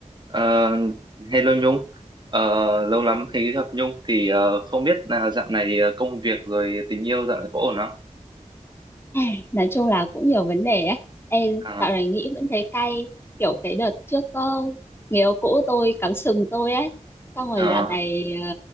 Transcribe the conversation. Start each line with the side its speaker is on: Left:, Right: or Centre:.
Right: Ờ, hello Nhung, Ờ, lâu lắm mới gặp Nhung thì ờ, không biết là dạo này ờ, công việc rồi tình yêu dạo này có ổn không?
Left: Ai, nói chung là cũng nhiều vấn đề ấy Ê,
Right: À,
Left: dạo này nghĩ vẫn thấy cay kiểu cái đợt trước ờ, người yêu cũ tôi cắm sừng tôi ấy xong rồi
Right: à,
Left: dạo này ờ,